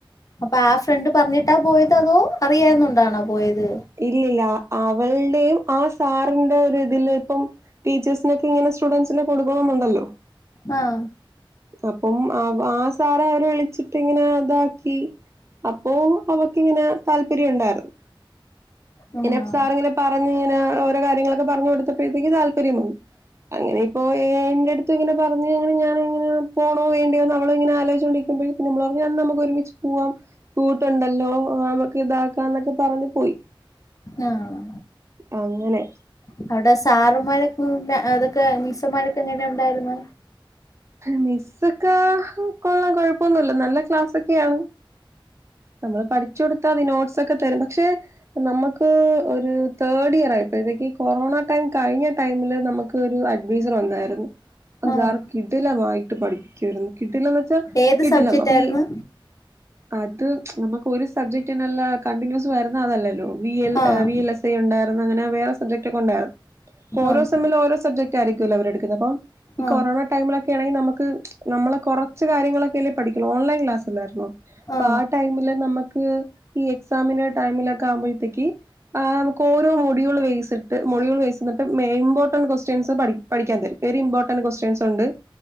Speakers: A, on the left; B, on the right.
A: അപ്പാ ആഹ് ഫ്രണ്ട് പർഞ്ഞിട്ടാ പോയത് അതോ അറിയാര്ന്നോണ്ടാണോ പോയത്
B: ഇല്ലില്ല അവൾടെയും ആഹ് സാറിന്റെ ഒര്തില് പ്പം ടീച്ചേഴ്സ്നൊക്കെ ഇങ്ങനെ സ്റ്റുഡൻസിനെ കൊടു കൊണന്നുണ്ടല്ലോ
A: ആഹ്
B: അപ്പം ആവ് ആഹ് സാറവരെ വിളിച്ചിട്ടി ങ്ങനെ താക്കി അപ്പോ അവക്കിങ്ങനെ താല്പര്യ ഉണ്ടാര്ന്നു
A: ആഹ്
B: ഇന്നെപ്സാറ്ങ്ങെനെ പറഞ്ഞ്ങ്ങനെ ഓരോ കാര്യങ്ങളൊക്കെ പർഞ്ഞൊ ട്ത്തപ്പേത്ത്ക്ക് താല്പര്യം വന്നു അങ്ങനെ ഇപ്പോ ഏ എന്റെട്ത്ത് ഇങ്ങനെ പറഞ്ഞ് അങ്ങനെ ഞാനങ്ങനെ പോണോ വേണ്ട്യയോന്നവളിങ്ങനെ ആലോയ്ച്ങ്ങോരിക്കുബെഴ് പിന്നമ്മളർഞ്ഞു എന്നമുക്കൊരുമിച്ച് പുവാം കൂട്ടുണ്ടല്ലോ നമക്ക് ഇതാക്കാം ന്നൊക്കെ പറഞ്പോയി
A: ആഹ്
B: അങ്ങനെ
A: ഇപവ്ടെ സാറമ്മാരൊക്കൂടെ അതൊക്കെ മീസ്സ്മ്മാരൊക്കെങ്ങനെ ഉണ്ടായിര്ന്നു
B: മിസ്സൊക്കെ കൊള്ളം കൊഴപ്പൊന്നുല്ല നല്ല ക്ലാസൊക്കെയാണ് നമ്മള് പഠ്ച്ചോട്ത്താതിനോട്സ് ഒക്കെ തരും പക്ഷെ നമക്ക് ഒര് തേഡിയറായിട്ട് പെകി കൊറോണ ടൈം കഴിഞ്ഞ ടൈമില് നമക്ക് ഒരു അഡ്വീസർ വന്നായിര്ന്നു
A: ആഹ്
B: സാർ കിടിലമായിട്ട് പഠിപ്പിക്ക്യാരുന്നു കിടില ച്ചകിടിലം
A: ഏത് സബ്ജക്റ്റ്
B: അപ്പൊ
A: ആയിരുന്നു
B: ഈ അത് നമക്ക് ഒരു സബ്ജക്റ്റിനല്ലാ കണ്ടിന്യൂസ് വരുന്ന അതല്ലല്ലോ വി എൽ
A: ആഹ്
B: എ വിഎൽ എസ് ഐ ഉണ്ടായിര്ന്നു അങ്ങനെ വേറെ സബ്ജക്റ്റ് ഒക്കെ ഉണ്ടാ ഓരോ
A: ആഹ്
B: സമില് ഓരോ സബ്ജക് റ്റായിരിക്കൊല്ലോ അവര്ട്ക്ക്ന്നപ്പം ഇ
A: ആഹ്
B: കൊറോണ ടൈമിലൊക്കെണങ്കി നമക്ക് നമ്മളെ കൊറച്ച് കാര്യങ്ങളൊക്കെല്ലേ പഠിക്കൊള്ളു ഓൺലൈൻ ക്ലാസല്ലാര്ന്നോ
A: ആഹ്
B: പ്പാ ടൈമില് നമക്ക് ഈ എക്സാമിനെ ടൈമിലൊക്കെ ആവുമ്പോഴ്ത്തേക്ക് ആഹ് മ്ക്ക്ഓരോ വൊടികള് വൈസ്സിട്ട് മൊഴികള് വേസ്ന്നിട്ട് മേ ഇമ്പോർട്ടൻ കൊസ്റ്റ്യൻസ് പഠി പഠിക്യാൻ തരും വെരി ഇമ്പോട്ടന്റ് കൊസ്റ്റ്യൻസൊണ്ട്